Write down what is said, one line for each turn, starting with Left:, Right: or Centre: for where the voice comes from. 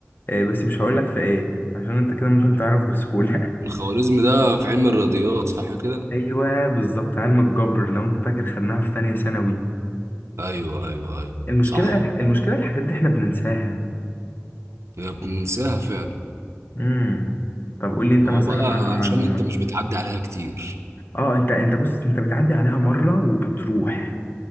Left: آه، بس مش هقول لك في ايه عشان انت كده ممكن تعرف بسهولة
Right: الخوارزمي ده في علم الرياضيات صح كده؟
Left: ايوه بالظبط علم الجبر لو انت فاكر خدناها في تانية ثانوي
Right: أيوه أيوه أيوه
Left: المشكله
Right: صح
Left: المشكله الحاجات دي احنا بننساها
Right: هي بننساها فعلا
Left: امم طب قول لي انت
Right: هو
Left: مثلا
Right: بقى
Left: على معلومه
Right: عشان انت مش بتعدي عليها كتير
Left: اه انت انت بص انت بتعدي عليها مره وبتروح